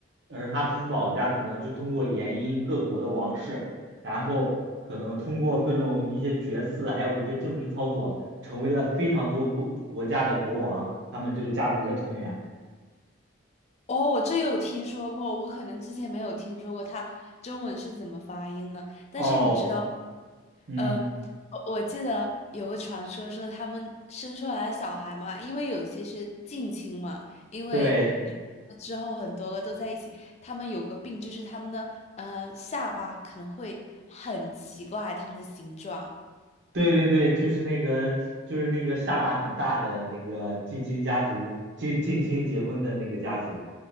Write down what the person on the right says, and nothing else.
而哈布斯堡家族呢，就通过联姻各国的王室，然后可能通过各种一些决策，还有一些政治操作，成为了非常多国国家的国王，他们这个家族的成员。
哦，嗯，
对。
对对对，就是那个，就是那个下巴很大的那个近亲家族，近近亲结婚的那个家族，